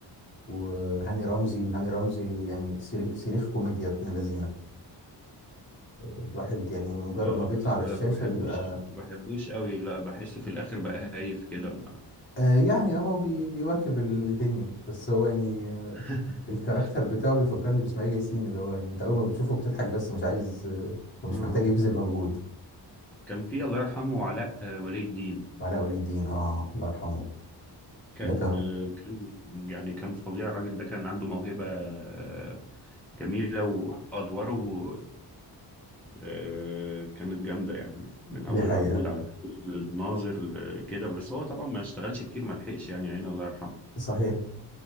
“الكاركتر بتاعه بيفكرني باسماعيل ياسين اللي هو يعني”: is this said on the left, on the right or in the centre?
Left